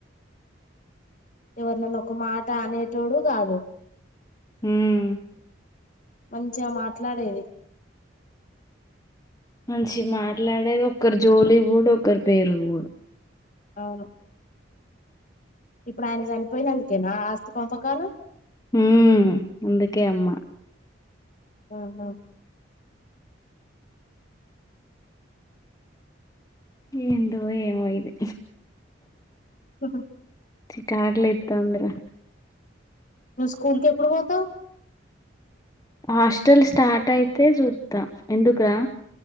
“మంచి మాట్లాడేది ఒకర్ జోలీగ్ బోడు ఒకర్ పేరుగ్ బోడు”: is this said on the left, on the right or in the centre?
Left